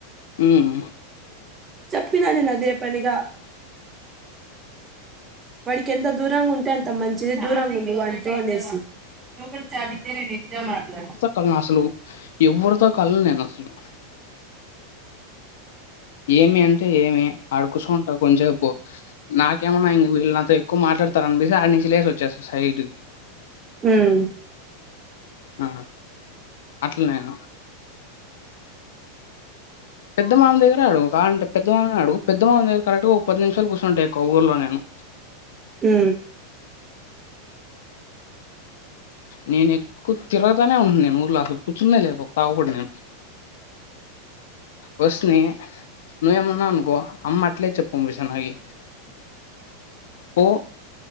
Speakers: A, on the left (about 70°); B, on the right (about 15°).
A: మ్మ్
B: చెప్పినాను నేను అదే పనిగా వాడికి ఎంత దూరంగా ఉంటే అంత మంచి దూరంగా ఉందు అంటూ అనేసి ఇ చాలతేనే నేను ఇంతే మాట్లాడతా
A: క అసలు ఎవరితో కళ్ళ నేను అసలు ఏమి అంటే అంటే ఏమి ఆడు కూచూంటా కొంచసేపు నాకేమన్నా ఇంక వీళ్ళు నాతో ఎక్కువ మాట్లాడతారు అనిపిసి ఆడ నుంచి లేసి వచ్చేస్తా సైడ్కి
B: ఉమ్
A: ఆ అట్లా నేను పెద్ద మామ దేగ్గరే అడుగు కావంట పెద్దమని అడుగు పెద్ద మామ దగ్గర కరెక్ట్గా ఒక పది నిమిషాలు కూర్చుంటాయి ఈ కొవ్వూరులో నేను
B: హ్మ
A: నేను ఎక్కువ తిరగతానే ఉండను నేను ఊర్లా సళ్లూ కూర్చున్నా లేక ఒక తావు కూడా నేను వస్ని నువ్వు ఏమన్నా అనుకో అమ్మ అట్లే చెప్పంపిస్తాంది నాకి పో